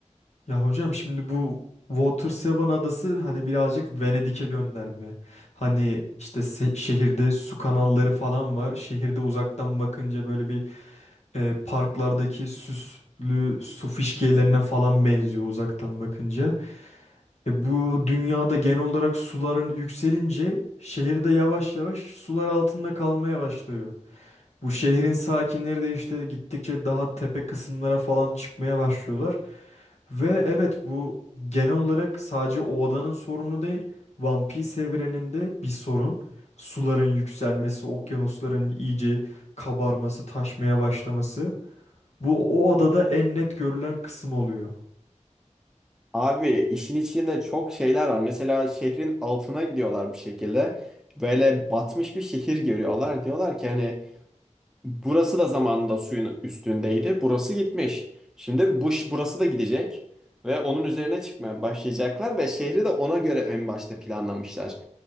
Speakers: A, on the left; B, in the centre.
A: Ya hocam şimdi bu Water Seven adası hani birazcık Venedik'e gönderme. Hani işte se- şehirde su kanalları falan var. Şehirde uzaktan bakınca böyle bir e, parklardaki süslü su fişkiyelerine falan benziyor uzaktan bakınca. E, bu dünyada genel olarak suların yükselince şehirde yavaş yavaş sular altında kalmaya başlıyor. Bu şehrin sakinleri de işte gittikçe daha tepe kısımlara falan çıkmaya başlıyorlar. Ve evet bu genel olarak sadece o adanın sorunu değil. One Piece evreninde bir sorun. Suların yükselmesi, okyanusların iyice kabarması, taşmaya başlaması. Bu o adada en net görülen kısım oluyor.
B: Abi işin içinde çok şeyler var. Mesela şehrin altına gidiyorlar bir şekilde. Böyle batmış bir şehir görüyorlar. Diyorlar ki hani burası da zamanında suyun üstündeydi. Burası gitmiş. Şimdi bu ş- burası da gidecek ve onun üzerine çıkmaya başlayacaklar ve şehri de ona göre en başta planlamışlar.